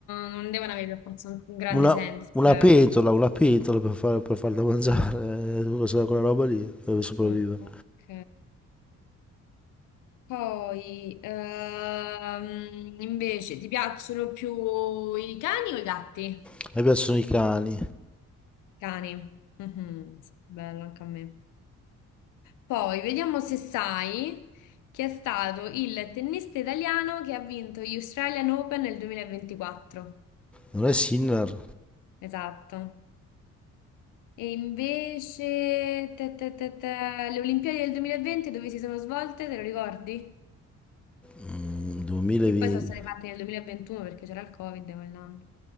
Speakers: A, on the left; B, in the centre.
A: non devono avere per forza un un grande
B: una,
A: senso,
B: una
A: cioè.
B: pentola, una pentola per, far, per farla mangiare, eh, quella quella roba lì, dove sopravvive.
A: Mm, ok. Poi, ehm, invece, ti piacciono più i cani o i gatti?
B: A me piacciono i cani,
A: Cani. Mhm, Bello anche a me. Poi vediamo se sai chi è stato il tennista italiano che ha vinto gli Australian Open nel 2024.
B: non è Sinner,
A: Esatto. E invece te, te, te, te, le Olimpiadi del 2020 dove si sono svolte, te lo ricordi?
B: Mm, 2020.
A: Che poi sono state fatte nel 2021 perché c'era il Covid quell'anno.